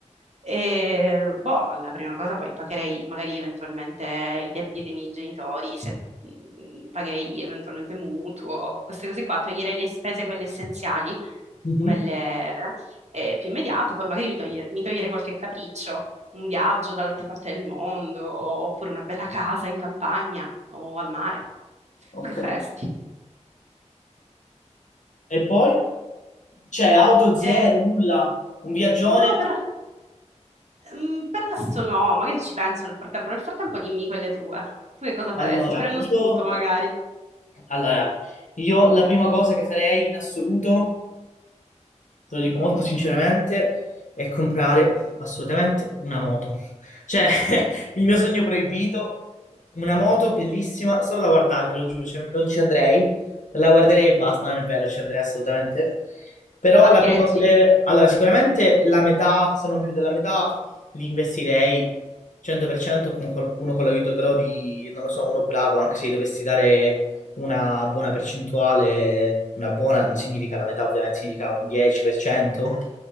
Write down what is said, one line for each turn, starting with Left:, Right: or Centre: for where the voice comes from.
Right: E, boh, la prima cosa poi pagherei magari eventualmente i debiti dei miei genitori, se, mh, pagherei eventualmente mutuo, queste cose qua, toglierei le spese quelle essenziali,
Left: Mhm.
Right: quelle eh, più immediate, poi magari mi, toglie- mi toglierei qualche capriccio, un viaggio dall'altra parte del mondo, oppure una bella casa in campagna o al mare.
Left: Ok.
Right: Tu che faresti?
Left: E poi? C'è auto zero,
Right: Eh,
Left: nulla, un viaggione?
Right: no, per... Mm, per adesso no, magari ci penso nel frattempo. Nel frattempo dimmi quelle tue. Tu che cosa faresti?
Left: Allora,
Right: Prendo
Left: io...
Right: spunto magari.
Left: Allora, io la prima cosa che farei in assoluto te lo dico molto sinceramente, è comprare assolutamente una moto. Cioè, <laughs> il mio sogno proibito, una moto bellissima, solo da guardare, te lo giuro, cioè, non ci andrei, la guarderei e basta, non è vero, ci andrei assolutamente. Però
Right: La parcheggi.
Left: la prima, le- allora, sicuramente la metà, se non più della metà, li investirei 100% con qualcuno, con l'aiuto però di, non lo so, uno bravo, anche se gli dovessi dare una buona percentuale, una buona non significa la metà, ovviamente significa un 10%,
Right: Eh,